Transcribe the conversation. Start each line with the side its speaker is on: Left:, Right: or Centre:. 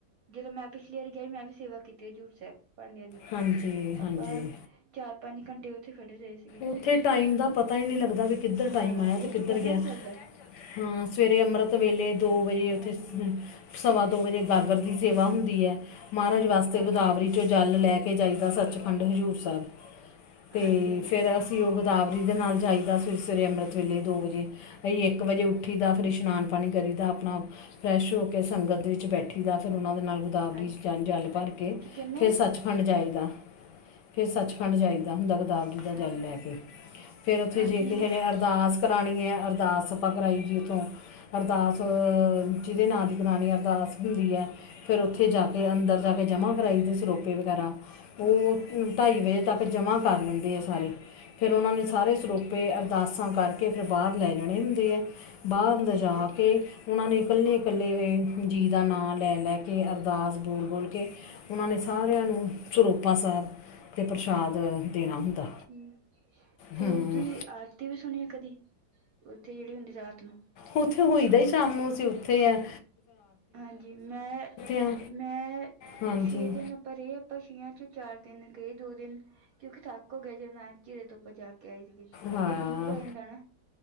Right: ਜਦੋਂ ਮੈਂ ਪਿਛਲੀ ਵਾਰੀ ਗਈ ਮੈਂ ਵੀ ਸੇਵਾ ਕੀਤੀ ਹਜੂਰ ਸਾਹਿਬ ਭਾਂਡਿਆਂ ਦੀ
Left: ਹਾਂਜੀ ਹਾਂਜੀ
Right: ਆਪਾਂ। ਚਾਰ ਪੰਜ ਘੰਟੇ ਉੱਥੇ ਖੜੇ ਰਹੇ ਸੀ।
Left: ਉੱਥੇ ਟਾਈਮ ਦਾ ਪਤਾ ਹੀ ਨਹੀਂ ਲੱਗਦਾ ਵੀ ਕਿੱਧਰ
Right: ਹਾਂ
Left: ਟਾਈਮ ਆਇਆ
Right: ਉਹ
Left: ਤੇ ਕਿੱਧਰ
Right: ਪਤਾ
Left: ਗਿਆ।
Right: ਨੀ ਚੱਲਦਾ
Left: ਹਾਂ, ਸਵੇਰੇ ਅੰਮ੍ਰਿਤ ਵੇਲੇ ਦੋ ਵਜੇ ਉੱਥੇ
Right: ਹਾਂਜੀ
Left: ਸਵਾ ਦੋ ਵਜੇ ਗਾਗਰ ਦੀ ਸੇਵਾ ਹੁੰਦੀ। ਮਹਾਰਾਜ ਵਾਸਤੇ
Right: ਹਾਂਜੀ
Left: ਗੋਦਾਵਰੀ ਚੋਂ ਜਲ ਲੈ ਕੇ ਜਾਈਦਾ ਸੱਚਖੰਡ ਹਜ਼ੂਰ ਸਾਹਿਬ। ਤੇ
Right: ਹਾਂਜੀ ਹਾਂਜੀ
Left: ਫਿਰ ਅਸੀਂ ਉਹ ਗੋਦਾਵਰੀ ਦੇ ਨਾਲ ਜਾਈਦਾ ਸਵੇਰੇ- ਸਵੇਰੇ ਅੰਮ੍ਰਿਤ ਵੇਲੇ ਦੋ ਵਜੇ। ਅਸੀਂ ਇੱਕ ਵਜੇ ਉੱਠੀ ਦਾ, ਫਿਰ ਇਸ਼ਨਾਨ ਪਾਣੀ ਕਰੀ ਦਾ ਆਪਣਾ ਫਰੈਸ਼ ਹੋ ਕੇ ਸੰਗਤ ਵਿੱਚ ਬੈਠੀ ਦਾ, ਫਿਰ ਉਹਨਾਂ ਦੇ ਨਾਲ ਗੋਦਾਵਰੀ
Right: ਹਾਂ
Left: ਜ ਜਲ ਭਰ ਕੇ
Right: ਕੀ ਕਹਿੰਦੇ
Left: ਫਿਰ ਸੱਚ। ਸਚਖੰਡ ਜਾਈਦਾ, ਫਿਰ ਸੱਚਖੰਡ ਜਾਈਦਾ ਹੁੰਦਾ ਕਿਤਾਬ ਵੀ
Right: ਹਾਂਜੀ
Left: ਜਲ ਲੈ
Right: ਹਾਂਜੀ
Left: ਕੇ, ਫਿਰ ਉੱਥੇ
Right: ਹਾਂਜੀ
Left: ਜੇ ਕਿਸੇ ਨੇ ਅਰਦਾਸ ਕਰਾਉਣੀ ਹੈ ਅਰਦਾਸ ਆਪਾਂ ਕਰਾਈ ਜੀ ਉੱਥੋਂ ਅਰਦਾਸ ਜਿਹਦੇ ਨਾਂ ਦੀ ਕਰਾਣੀ ਅਰਦਾਸ ਹੁੰਦੀ ਹੈ। ਫਿਰ ਉੱਥੇ ਜਾ ਕੇ ਅੰਦਰ ਜਾ ਕੇ ਜਮ੍ਹਾਂ ਕਰਾਈ ਦੇ ਸਰੋਪੇ ਵਗੈਰਾ
Right: ਹਾਂਜੀ
Left: ਉਹ
Right: ਹਾਂਜੀ
Left: ਢਾਈ
Right: ਠੀਕ
Left: ਵਜੇ ਤੱਕ ਜਮ੍ਹਾਂ ਕਰ ਲੈਂਦੇ ਆ ਸਾਰੇ। ਫਿਰ ਉਹਨਾਂ ਨੇ
Right: ਠੀਕ
Left: ਸਾਰੇ ਸਰੋਪੇ ਅਰਦਾਸਾਂ ਕਰਕੇ ਫਿਰ ਬਾਹਰ ਲੈ ਜਾਣੇ ਹੁੰਦੇ ਹੈ। ਬਾਹਰ
Right: ਠੀਕ
Left: ਲਿਜਾ
Right: ਹੈ
Left: ਕੇ ਉਹਨਾਂ ਨੇ ਇਕੱਲੇ- ਇਕੱਲੇ ਇਹ ਜੀ ਦਾ ਨਾਂ ਲੈ- ਲੈ ਕੇ ਅਰਦਾਸ ਬੋਲ- ਬੋਲ ਕੇ ਉਹਨਾਂ ਨੇ ਸਾਰਿਆਂ ਨੂੰ ਚੁਰੋਪਾ ਸਾਹਿਬ ਤੇ ਪ੍ਰਸ਼ਾਦ ਦੇਣਾ ਹੁੰਦਾ।
Right: ਹਮ ਤੇ
Left: ਹੂੰ
Right: ਤੁਸੀਂ ਆਰਤੀ ਵੀ ਸੁਣੀ ਕਦੀ, ਉੱਥੇ ਜਿਹੜੀ ਹੁੰਦੀ ਰਾਤ ਨੂੰ
Left: ਉੱਥੇ ਹੋਈਦਾ ਹੀ ਸ਼ਾਮ ਨੂੰ ਅਸੀਂ ਉੱਥੇ ਹੈ।
Right: ਹਾਂਜੀ ਮੈਂ,
Left: ਆ
Right: ਮੈਂ
Left: ਹਾਂਜੀ
Right: ਛੇ ਦਿਨ ਪਰਾਂ ਰ ਪਛੀਆਂ ਚ ਚਾਰ ਦਿਨ ਗਏ, ਦੋ ਦਿਨ ਕਿਉਂਕਿ ਥੱਕ ਹੋ ਗਿਆ ਜਦੋਂ ਨਾਨਕ ਚਿਰੇ ਤੋਂ ਉਪਰ ਜਾ ਕੇ ਆਏ ਸੀਗੇ
Left: ਹਾਂ
Right: ਉਹ ਦੂਰ ਪੈ ਜਾਂਦਾ ਨਾ